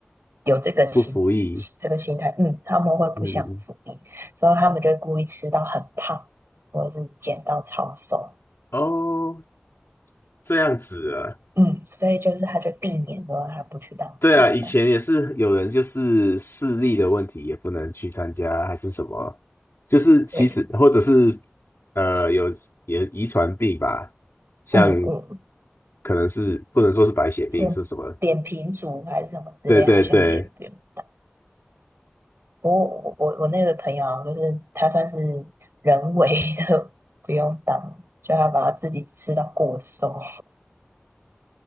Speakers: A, on the right; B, on the left.
A: 有这个心这个心态，
B: 不服役，
A: 嗯，他们会不想服役，
B: 嗯，
A: 所以他们就会故意吃到很胖，或者是减到超瘦。
B: 哦，这样子啊，
A: 嗯，所以就是他就避免说他不去当兵这样。
B: 对啊，以前也是有人就是视力的问题也不能去参加，还是什么，就是其实或者是
A: 对，
B: 呃有也遗传病吧，像
A: 嗯嗯，
B: 可能是不能说是白血病是什么，
A: 这扁平足还是什么之类，
B: 对对对。
A: 好像也不用当。不过我我我那个朋友啊，就是他算是人为的 <laughs> 不用当，就他把他自己吃到过瘦。